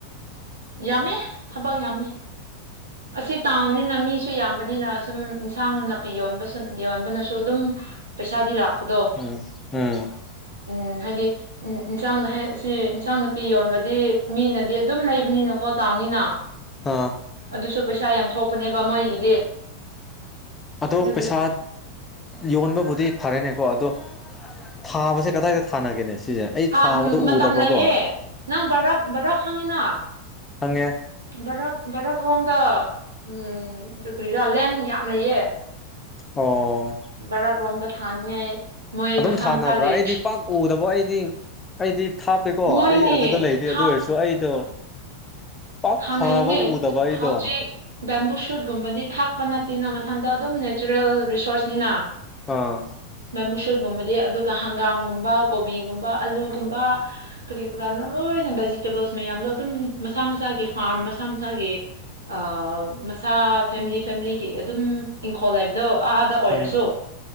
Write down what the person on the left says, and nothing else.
ꯎꯝ ꯎꯝ
ꯑꯥ
ꯑꯗꯣ
ꯄꯩꯁꯥ ꯌꯣꯟꯕꯕꯨꯗꯤ ꯐꯔꯦꯅꯦꯀꯣ ꯑꯗꯣ ꯊꯥꯕꯁꯦ ꯀꯗꯥꯏꯗ ꯊꯥꯅꯒꯦꯅꯦ ꯁꯤꯁꯦ ꯑꯩ
ꯊꯥꯕꯗꯣ
ꯎꯗꯕꯀꯣ
ꯈꯪꯉꯦ
ꯑꯣ
ꯑꯗꯨꯝ
ꯊꯥꯅꯕ꯭ꯔꯥ
ꯑꯩꯗꯤ ꯄꯥꯛ ꯎꯗꯕ ꯑꯩꯗꯤꯡ ꯑꯩꯗꯤ ꯊꯥꯞꯄꯦꯀꯣ
ꯑꯩ ꯑꯗꯨꯗ ꯂꯩꯇꯦ
ꯑꯗꯨ ꯑꯣꯏꯔꯁꯨ ꯑꯩꯗꯣ ꯄꯥꯛ
ꯊꯥꯕ ꯎꯗꯕ ꯑꯩꯗꯣ
ꯑꯥ
ꯎꯝ